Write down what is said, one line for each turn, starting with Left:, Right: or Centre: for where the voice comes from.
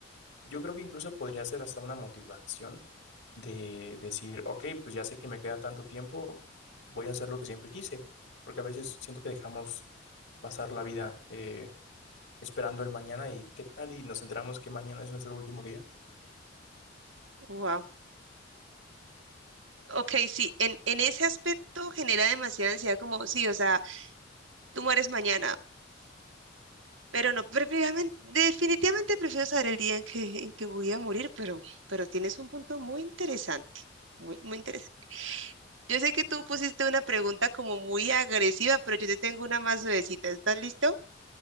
Left: Yo creo que incluso podría ser hasta una motivación de decir, ok, pues ya sé que me queda tanto tiempo, voy a hacer lo que siempre quise, porque a veces siento que dejamos pasar la vida eh, esperando el mañana y qué tal y nos enteramos que mañana es nuestro último día.
Right: Wow. Ok, sí, en, en ese aspecto genera demasiada ansiedad, como, sí, o sea, tú mueres mañana, pero no, definitivamente, definitivamente prefiero saber el día en que, en que voy a morir, pero, pero tienes un punto muy interesante, muy, muy interesante. Yo sé que tú pusiste una pregunta como muy agresiva, pero yo te tengo una más suavecita, ¿estás listo?